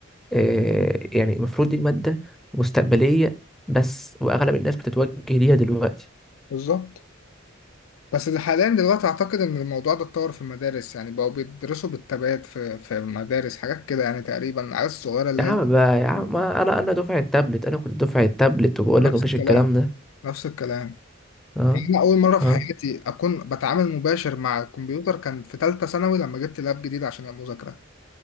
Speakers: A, in the centre; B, on the left.
A: آه يعني المفروض دي المادة مستقبلية بس واغلب الناس بتتوجه ليها دلوقتي
B: بالظبط بس ده حاليا دلوقتي أعتقد إن الموضوع ده اتطور في المدارس يعني بقوا بيدرسوا بالتبادل في في مدارس حاجات كده يعني تقريبا العيال الصغيرة اللي
A: يا عم
B: هي الأولى
A: بقى يا عم ما
B: دي.
A: انا انا دفعة تابلت انا كنت دفعة تابلت وبقول
B: نفس
A: لك مفيش
B: الكلام
A: الكلام ده
B: نفس الكلام
A: اه
B: يعني أنا أول مرة في
A: اه
B: حياتي أكون بتعامل مباشر مع الكمبيوتر كان في تالتة ثانوي لما جبت لاب جديد عشان المذاكرة